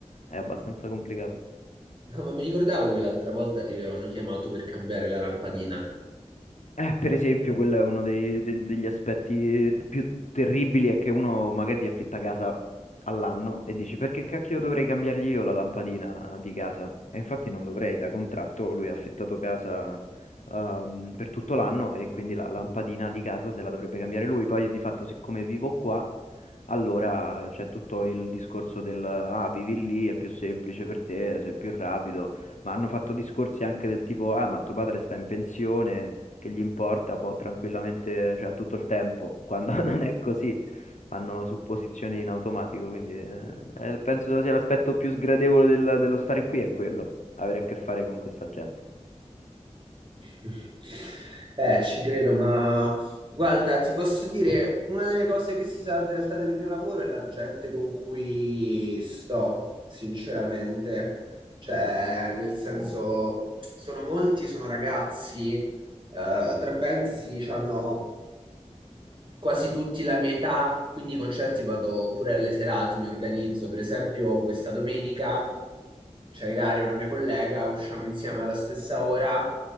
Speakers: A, on the left; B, on the right.
A: è abbastanza complicato.
B: No, ma mi ricordavo che l'altra volta ti avevano chiamato per cambiare la lampadina.
A: Eh, per esempio, quello è uno dei- del- degli aspetti più terribili, è che uno magari ti affitta casa all'anno e dici perché cacchio dovrei cambiargli io la lampadina di casa? E infatti non dovrei, da contratto lui ha affittato casa ehm, per tutto l'anno e quindi la lampadina di casa se la dovrebbe cambiare lui. Poi di fatto, siccome vivo qua, allora c'è tutto il discorso del ah, vivi lì, è più semplice per te, sei più rapido, ma hanno fatto discorsi anche del tipo ah, ma tuo padre sta in pensione che gli importa può tranquillamente, cioè ha tutto il tempo, quando <laughs> non è così hanno supposizioni in automatico, quindi eh, eh, penso sia l'aspetto più sgradevole del- dello stare qui è quello, avere a che fare con questa gente.
B: <laughs> Eh, ci credo, ma guarda, ti posso dire, una delle cose che si salva in realtà del mio lavoro è la gente con cui sto, sinceramente. Cioè, nel senso, sono molti, sono ragazzi Eh, tra parentesi, hanno quasi tutti la mia età, quindi i concerti vado pure alle serate, mi organizzo. Per esempio, questa domenica c'è Ilaria, una mia collega, usciamo insieme alla stessa ora,